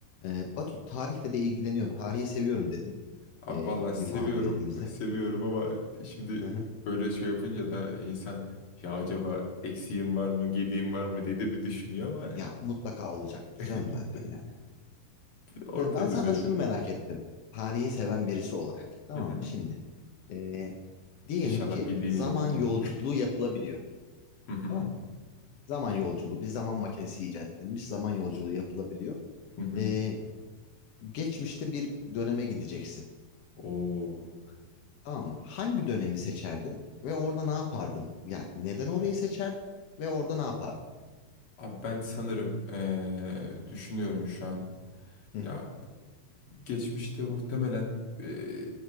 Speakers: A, on the left (about 70°); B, on the left (about 40°).
A: Ee, Batu tarihle de ilgileniyorum. Tarihi seviyorum dedin
B: Abi
A: ee,
B: vallahi seviyorum,
A: bir muhabbetimizde.
B: <laughs> seviyorum ama şimdi
A: Hı hı.
B: böyle şey yapınca da insan ya acaba eksiğim var mı, gediğim var mı diye de bir düşünüyor ama
A: Ya mutlaka olacaktır
B: <laughs>
A: canım zaten yani.
B: orta
A: Ee, ben sana
B: düzeyde
A: şunu
B: bir.
A: merak ettim. Tarihi seven birisi olarak. Tamam
B: Hı hı.
A: mı şimdi? Ee, diyelim
B: İnşallah
A: ki
B: bildiğim
A: zaman
B: yerden gelir.
A: yolculuğu yapılabiliyor.
B: Hı hı.
A: Tamam. Zaman yolculuğu. Bir zaman makinesi icat edilmiş. Zaman yolculuğu yapılabiliyor.
B: Hı hı.
A: Ee, geçmişte bir döneme gideceksin.
B: Oo.
A: Tamam mı? Hangi dönemi seçerdin? Ve orada ne yapardın? Yani neden orayı seçerdin? Ve orada ne yapardın?
B: Abi ben sanırım eee, düşünüyorum şu an.
A: Hı hı.
B: Ya geçmişte muhtemelen eee,